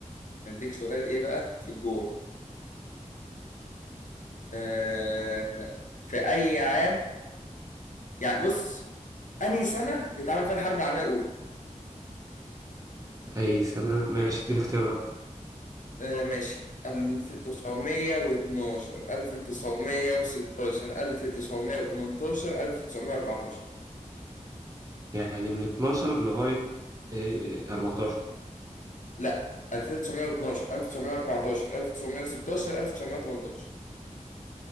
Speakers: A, on the left; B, on the right.
A: هديك سؤال ايه بقى في الجول آه في اي عام يعني بص انهي سنة اتعمل فيها الحرب العالمية الأولى
B: اي سنة ماشي اديني اختيارات
A: آه ماشي 1912 1916 1918 1914
B: يعني من 12 لغاية آه، 14
A: لا 1912 1914 1916 1918